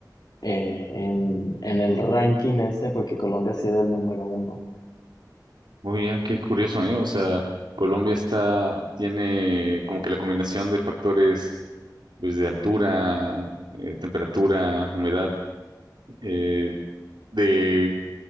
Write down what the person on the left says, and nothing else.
eh, en, en el ranking este porque Colombia sí era el número uno.